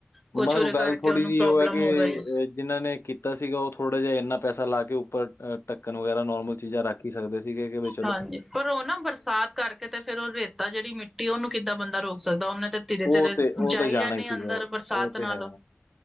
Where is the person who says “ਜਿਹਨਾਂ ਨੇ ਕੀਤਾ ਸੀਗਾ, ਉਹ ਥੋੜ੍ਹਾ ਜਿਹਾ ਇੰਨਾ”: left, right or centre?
Left